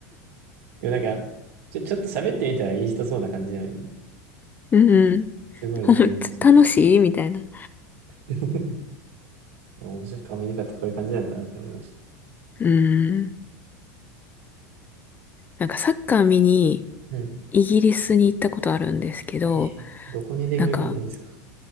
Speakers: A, on the right (about 70°); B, on the left (about 20°).
A: でもなんか、ちょ、ちょっと喋ってみたらいい人そうな感じなのに、
B: ん。うんうん。
A: すごい
B: <laughs> ほん楽しいみたいな。
A: VC。<laughs> 面白くアメリカってこういう感じなんだなって思いました。
B: うん。なんかサッカー見に
A: うん。
B: イギリスに行ったことあるんですけど、
A: えーどこにでも行くじゃないですか。
B: なんか、